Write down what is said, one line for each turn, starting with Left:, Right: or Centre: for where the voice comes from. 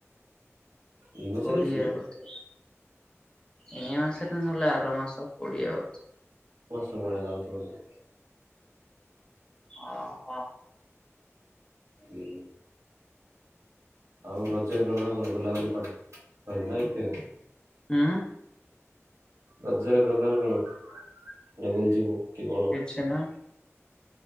Right: ଏଇ ମାସରେ
Left: କୋଡିଏ
Right: ଅଛି?
Left: ବୋଧେ ଏଇ ମାସରେ ନହଲେ ଆର ମାସ କୋଡିଏ ଆଉ।
Right: ବଷ ଭଳିଆ ଲାଗୁଚି ମୋତେ।
Left: ଅ ହ।
Right: ଉ ଆଉ ରଜରେ ପ୍ରୋଗ୍ରାମ୍ କଣ ବୁଲାବୁଲି <unintelligible>
Left: ଉଁ
Right: ରଜରେ ପୋଗ୍ରାମ କଣ କୁଆଡେ ବୁଲିଯିବୁ କି କଣ?
Left: ଛେ ନା।